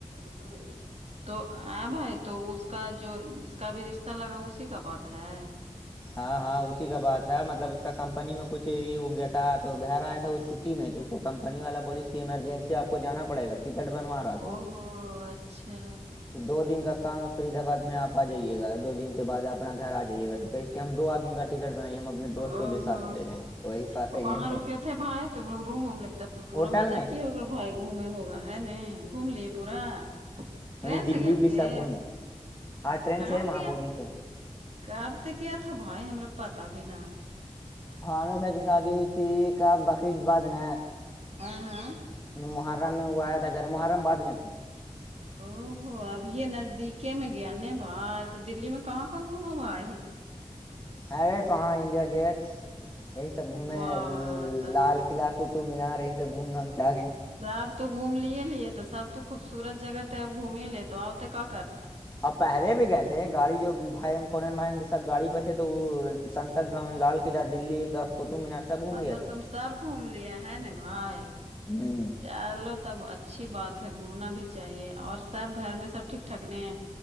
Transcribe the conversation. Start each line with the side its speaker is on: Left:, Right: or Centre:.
Right: <inaudible> تو ا بھائی تو اس کا جو جس کا بھی رشتہ لگا اس اس کا بات ہے
Left: ہاں ہاں اسی کا بات ہے مطلب اس کا کمپنی میں کچھ یہ ہو گیا تھا تو گھر آیا تھا وہ چھٹی میں تو اس کو کپنی والا بولیس کہ ایمرجنسی آپ کو جانا پڑےا ٹکٹ بنوا رہ
Right: او
Left: تھا
Right: ہو اچھا
Left: تو دو دن کا کام ہے فرید آباد میں آپ آ جائیے گا دو دن کے بعد اپنا گھر آ جائیے گا تو کہس کہ ہم دو آدمی کا ٹکٹ بنائیے ہم اپنے دوست
Right: او
Left: کو بھی ساتھ
Right: ہ
Left: لے جائیں گے وہی ساتھ
Right: تو
Left: گئے
Right: کہاں رکے تھے بھائی تم لوگ روم ووم لگتے تو پورا
Left: ہوٹل
Right: مزہ
Left: میں
Right: کیا ہوگا بھائی گھومے ہوگا ہے نہیں گھوم لیے پورا ٹرین
Left: ہ دلی
Right: گئے
Left: الی
Right: تھے
Left: سے آپ گھومیں ہاں ٹرین
Right: کب
Left: سے ہے مہ
Right: گیا
Left: بودی سے
Right: کب تو کیا تھا بھائی ہمیں پتا بھی نا
Left: خانو بھائی کی شادی ہوئی تھی کیا بقرریید بعد ن
Right: ہاں ہاں
Left: محرم میں وہ آیا تھا جرے محرمہ بعدیاں تھیں
Right: او ہو ابھیے نزدیکی میں گیا ن بھای تو دللی میں کہاں کہاں گھوما بھای
Left: ارے کہاں انڈیا گیٹ یہی سب گھوم
Right: ب تب
Left: لال کلاہ قطب م نہ رہی سبھوں گا ہم کیا گئے
Right: سب تو گھوم لیے لیے ت سب تو خوبصورت جگہ ت اب گھوم لیے تو آتے کیا کرتا
Left: اب پہلے بھی گئے تھے گاڑی جو بھائی کونین بھائین کے ساتھ گاڑی پہ تھے تو وہ سسد بھون لال قلعہ دللی کا قطب مینار سب گھوم
Right: مطلب
Left: لیا تھا
Right: تم سب گھوم لیا ہے ن بھائی
Left: ہ
Right: چلو تب اچھی بات ہے گھومنا بھی چاہیے اور سب گھر میں سب ٹھیک ٹھاک نہیں